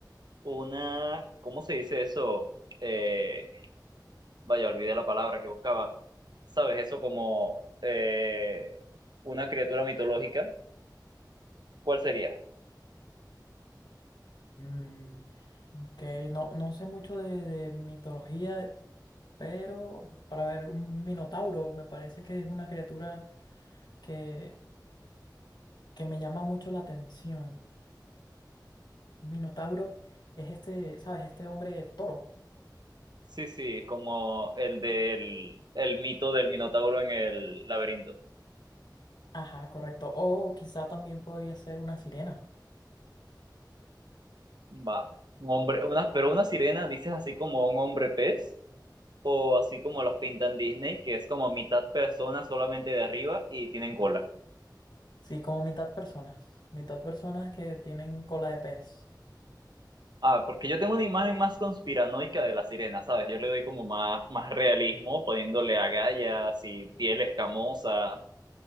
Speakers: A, on the right (about 70°); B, on the left (about 70°).
A: una, ¿cómo se dice eso? Eh, vaya, olvidé la palabra que buscaba, ¿sabes? Eso como eh, una criatura mitológica, ¿cuál sería?
B: Mm, ok, no, no sé mucho de, de mitología, pero para ver, un minotauro me parece que es una criatura que, que me llama mucho la atención. Minotauro es este, ¿sabes? Este hombre toro.
A: Sí, sí, como el del el mito del Minotauro en el laberinto.
B: Ajá, correcto. O quizá también podría ser una sirena.
A: Va, un hombre, una, pero una sirena, dices así como un hombre pez, o así como los pintan Disney, que es como mitad persona solamente de arriba y tienen cola.
B: Sí, como mitad personas. Mitad personas que tienen cola de pez.
A: Ah, porque yo tengo una imagen más conspiranoica de la sirena, ¿sabes? Yo le doy como más, más realismo, poniéndole agallas y piel escamosa,